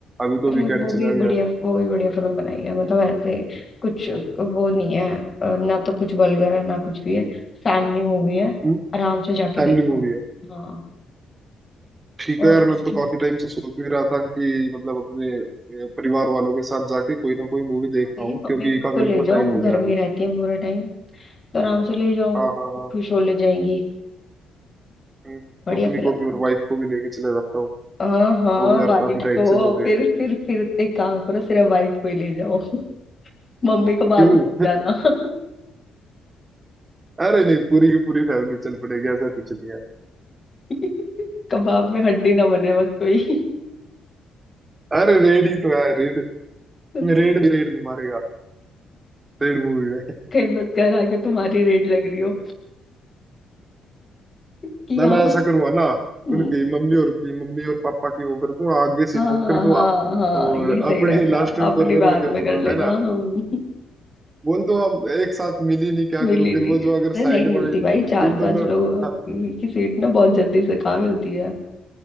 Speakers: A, on the right (about 25°); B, on the left (about 35°).
A: अभी
B: अरे
A: तो वीकेंड
B: वो
A: चला
B: भी बढ़िया
A: गया
B: वो भी बढ़िया फिल्म बनाई है मतलब ऐसे कुछ वो नहीं है अ, ना तो कुछ वल्गर है ना कुछ भी है फैमिली मूवी है
A: हम्म
B: आराम से जाके
A: फैमिली
B: देखो
A: मूवी है
B: हाँ
A: ठीक
B: और
A: है यार
B: उसकी-
A: मैं तो काफी टाइम से सोच भी रहा था कि मतलब अपने अ, परिवार वालों के साथ जाके कोई ना कोई मूवी देख
B: हाँ, वही
A: पाऊँ
B: मम्मी
A: क्योंकि
B: मम्मी को
A: काफी
B: ले
A: लंबा
B: जाओ
A: टाइम
B: वो
A: हो
B: घर
A: गया
B: में
A: अभी
B: रहती है पूरे टाइम तो आराम से ले जाओ
A: हाँ हाँ हाँ
B: खुश हो ले जाएंगी
A: हम्म,
B: बढ़िया
A: मम्मी
B: फिल्म
A: को भी
B: है
A: और वाइफ को भी लेके चले जाता हूँ
B: हाँ हाँ
A: वो भी यार
B: वाइफ
A: काफी टाइम
B: को
A: से बोल रहे
B: फिर
A: हैं
B: फिर फिर एक काम करो सिर्फ वाइफ को ही ले जाओ मम्मी को बाद
A: क्यों
B: में ले जाना
A: अरे नहीं पूरी की पूरी फैमिली चल पड़ेगी ऐसा कुछ नहीं है
B: <laughs> कबाब में हड्डी ना बने बस कोई
A: अरे रेड ही तो है रेड
B: <laughs>
A: रेड भी रेड नहीं मारेगा रेड मूवी में
B: कहीं मत कर आके तुम्हारी रेड लग रही हो कि
A: ना
B: हम
A: ना ऐसा करूंगा ना
B: हम्म,
A: उनकी मम्मी और की मम्मी और पापा की वो कर दूंगा आगे
B: हाँ
A: सीट बुक कर दूंगा
B: हाँ हाँ
A: और
B: ये सही
A: अपने
B: रहेगा
A: लास्ट में
B: अपनी
A: कॉर्नर
B: बाद
A: में कर
B: में कर
A: दूंगा
B: लेना
A: है ना
B: हम
A: बोल दो हम एक साथ मिल ही नहीं क्या
B: मिली
A: करूं
B: नहीं
A: फिर वो जो अगर
B: अरे नहीं
A: साइड
B: मिलती
A: वाली
B: भाई चार
A: उन दोनों
B: पांच लोग अ,
A: हाँ
B: की सीट ना बहुत जल्दी से कहाँ मिलती है